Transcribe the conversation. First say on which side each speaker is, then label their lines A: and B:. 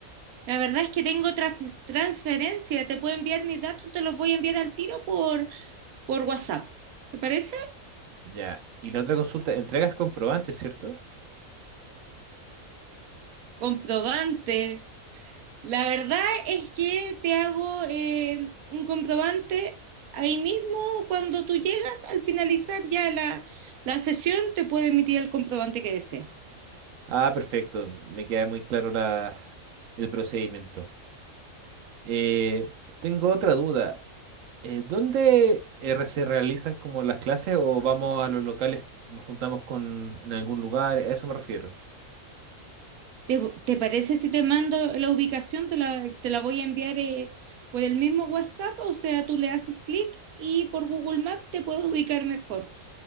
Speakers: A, on the right; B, on the right.
A: La verdad es que tengo traf- transferencia, te puedo enviar mis datos, te los voy a enviar al tiro por, por WhatsApp. ¿Te parece?
B: Ya. Y la otra consulta, entregas comprobantes, ¿cierto?
A: Comprobante. La verdad es que te hago eh, un comprobante ahí mismo cuando tú llegas, al finalizar ya la, la sesión, te puedo emitir el comprobante que deseas.
B: Ah, perfecto. Me queda muy claro la, el procedimiento. Eh, tengo otra duda. Eh, ¿dónde eh, se realizan como las clases o vamos a los locales, nos juntamos con en algún lugar? A eso me refiero.
A: ¿Te, te parece si te mando la ubicación? Te la, te la voy a enviar eh, por el mismo WhatsApp, o sea, tú le haces clic y por Google Maps te puedes ubicar mejor.